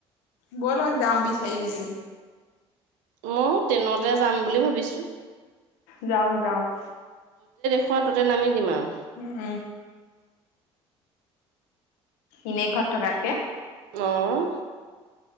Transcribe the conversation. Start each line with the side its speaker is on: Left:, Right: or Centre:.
Left: ব'লক যাওঁ বিচাৰি দুইজনী।
Right: মইয়ো ট্ৰেইনতে যাম বুলি ভাবিছো।
Left: যাওক যাওক।
Right: কোৱা ততে নামি দিম আৰু।
Left: উম এনেই ঘৰত থকাতকে।
Right: অহ